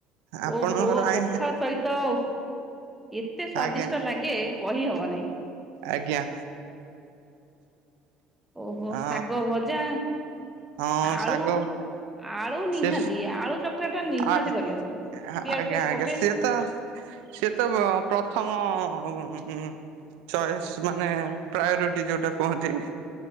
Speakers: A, on the right (about 90°); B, in the centre.
A: ଆପଣଙ୍କର
B: ଓହୋ ପଖାଳ
A: ଆଇ
B: ସହିତ ଏତେ ସ୍ଵାଦିଷ୍ଟ
A: ଆଜ୍ଞା
B: ଲାଗେ କହିହବ ନାଇଁ।
A: ଆଜ୍ଞା।
B: ଓହୋ
A: ଅ
B: ଶାଗ ଭଜା
A: ହଁ ଶାଗ
B: ଆଳୁ ଆଳୁ ନିହାତି
A: ସେ
B: ଆଳୁ ଚ କଟା ଟା ନିହାତି
A: ଆଳ
B: କରିବା ଦରକାର ପିଆଜ
A: ଆଜ୍ଞା
B: ଫିଆଜ
A: ଆଜ୍ଞା
B: ପକେଇ
A: ସିଏ ତ ସେ ତ ପ୍ରଥମ ଉଁ ଉଁ ଚଏସ୍ ମାନେ ପ୍ରାୟୋରିଟି ଯେଉଁଟା କୁହନ୍ତି।